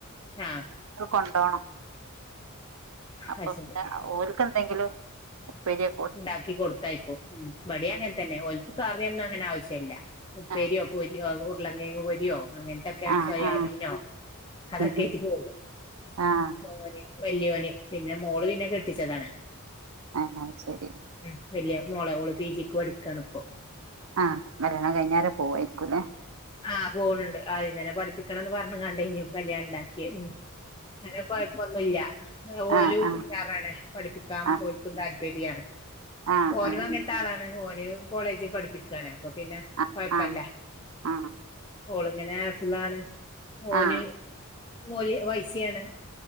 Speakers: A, on the left (about 20°); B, on the right (about 75°).
A: ആഹ്
B: കൊണ്ടണം അപ്പൊ
A: അത് ശരി
B: പിന്നെ ഓൽക്ക് എന്തെങ്കിലും ഉപ്പേരിക്കെ
A: ഉണ്ടാക്കി കൊടുത്തായിപ്പോ, ഉം ഇവിടെ അങ്ങനെ തന്നെ ഓൽക്ക് കറിയൊന്നും അങ്ങനെ ആവശ്യം ഇല്ല. ഉപേരിയോ,
B: ആഹ്
A: പൊരിയോ ഉരുലകിഴങ്ങ് പൊരി യോ അങ്ങനത്തൊക്കെ
B: ആഹ്
A: സോയാബീനോ
B: ആഹ്
A: അതൊക്കെ
B: ഉം ഉം
A: ആയിട്ട് പോകും.
B: ആഹ്
A: മോന് വലിയോനി പിന്നെ മോള് പിന്നെ കെട്ടിച്ചതാണ്.
B: ആഹ് ആ ശരി
A: ഉം വലിയ മോള് അവള് പി ജിക്ക് പഠിക്കണിപ്പൊ.
B: ആഹ് കല്യാണം കൈഞ്ഞേരം പോവായിരിക്കും. അല്ലേ
A: ആഹ് പോണുണ്ട്, ആദ്യന്നേ പഠിപ്പിക്കണംന്ന് പറഞ്ഞു കണ്ട് ഞ്ഞു കല്യാണം ഉണ്ടാക്കിയെ അങ്ങനെ കുഴപ്പൊന്നുമില്ല. ഓല
B: ആഹ് ആഹ്
A: കൂട്ടാറാണ് പഠിപ്പിക്കാ
B: ആഹ്
A: ഒൽക്കും താല്പര്യാണ്.
B: ആഹ്
A: ഓനും അങ്ങനത്തെ ആളാണ്, ഓനും കോളേജിൽ പഠിപ്പിക്കുയാണ് അപ്പൊ പിന്നെ
B: ആഹ്
A: കുഴപ്പില്ല.
B: ആഹ്
A: ഓളിങ്ങനെ ആഫിലാണ് മോന്
B: ആഹ് ആഹ് ആഹ്
A: മോലി വൈസിയാണ്.